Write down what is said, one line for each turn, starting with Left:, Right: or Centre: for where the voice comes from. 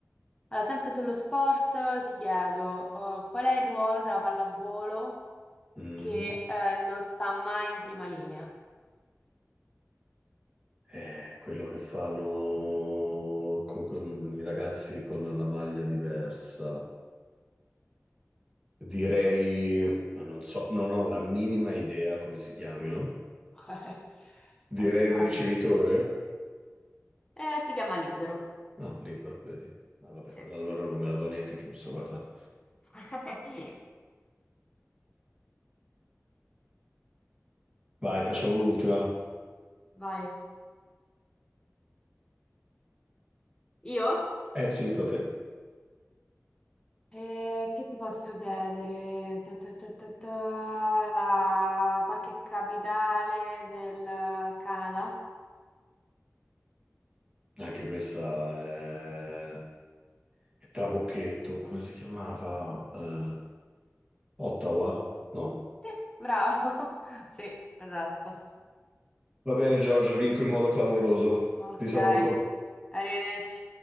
Left: Allora, sempre sullo sport, ti chiedo, eh, qual è il ruolo della pallavolo
Right: Mm.
Left: che, eh, non sta mai in prima linea?
Right: Eh, quello che fanno co- con, i ragazzi con la maglia diversa. Direi,
Left: Sì.
Right: ah, non so, non ho la minima idea come si chiamino.
Left: <laughs>
Right: Direi
Left: Vai, spara
Right: il ricevitore.
Left: pure. Eh, si chiama libero.
Right: Ah, libero, vedi. Ah, vabbè,
Left: Sì.
Right: allora non me la do neanche giusta, guarda.
Left: <laughs>
Right: Vai, facciamo l'ultima.
Left: Vai. Io?
Right: Eh sì, sta a te.
Left: Eh, che ti posso chiedere? Ta, ta, ta, ta, ta, la- Qualche capitale del Canada?
Right: Anche questa è... è Trabocchetto, come si chiamava? Eh, Ottawa? No.
Left: Sì, bravo. <laughs> Sì, esatto.
Right: Va bene, Giorgia, vinco in modo clamoroso.
Left: Ok,
Right: Ti saluto.
Left: arrivederci.